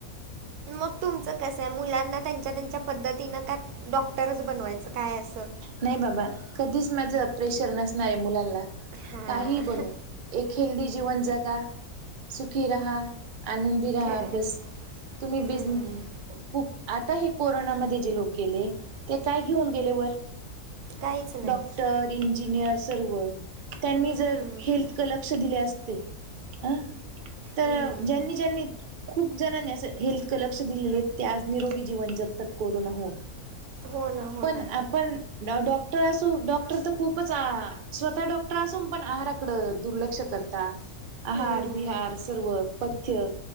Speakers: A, on the right; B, on the right.
A: मग तुमचं कसं आहे, मुलांना त्यांच्या, त्यांच्या पद्धतीनं का- डॉक्टरच बनवायचं, काय असं?
B: नाही बाबा, कधीच माझं प्रेशर नसणार आहे मुलानला
A: हां
B: काहीही बनू. एक हेल्दी जीवन जगा, सुखी रहा, आनंदी रहा,
A: खरं आहे
B: बस. तुम्ही
A: हम्म
B: बिझ- खूप आता हे कोरोनामध्ये जे लोक गेले, ते काय घेऊन गेले वर?
A: काहीच नाही.
B: डॉक्टर इंजिनियर सर्व, त्यांनी
A: हम्म
B: जर हेल्थकल लक्ष दिले असते- अं तर
A: हम्म
B: ज्यांनी, ज्यांनी- खूप जणांनी असं हेल्थक लक्ष दिलेले, ते आज निरोगी जीवन जगतात कोरोना होऊन.
A: हो ना, हो
B: पण
A: ना.
B: आपण डॉक्टर असू, डॉक्टर तर खूपच आ.. स्वतः डॉक्टर असून पण आहाराकड दुर्लक्ष करत- तात, आहार,
A: हम्म
B: बिहार सर्व पथ्य-